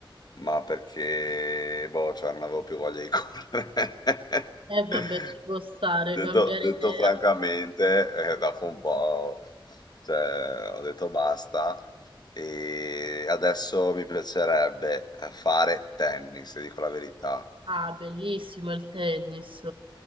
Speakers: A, on the left; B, on the right.
A: ma perché boh, cioè non avevo più voglia di correre. <laughs>
B: e vabbè, ci può stare,
A: Detto
B: cambiare
A: detto
B: idea.
A: francamente, eh, dopo un po', cioè, ho detto basta e adesso mi piacerebbe eh, fare tennis, ti dico la verità.
B: Ah, bellissimo il tennis.